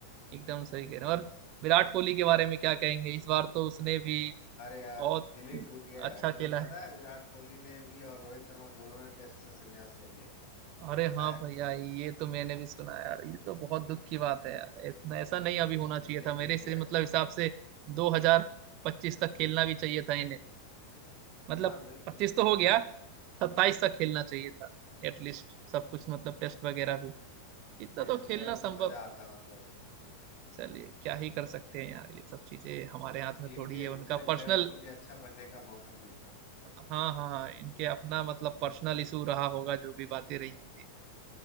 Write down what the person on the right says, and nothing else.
एकदम सही कह रहे हैं और विराट कोहली के बारे में क्या कहेंगे इस बार तो उसने भी
बहुत
अच्छा खेला
है
अरे
हाँ
भैया ये तो मैंने भी सुना यार ये तो बहुत दुख की बात है यार इतना ऐसा नहीं अभी होना चाहिए
था मेरे
से
मतलब हिसाब से 2025 तक खेलना भी चाहिए था इन्हें मतलब
25 तो हो गया 27 तक खेलना चाहिए था एटलीस्ट सब कुछ मतलब टेस्ट वगैरह भी इतना
तो खेलना
संभव
चलिए क्या ही कर सकते हैं यार ये सब चीजें हमारे हाथ
में
थोड़ी
है
उनका पर्सनल
हाँ हाँ हाँ, इनके अपना मतलब पर्सनल इशू रहा होगा जो भी बातें रही होंगी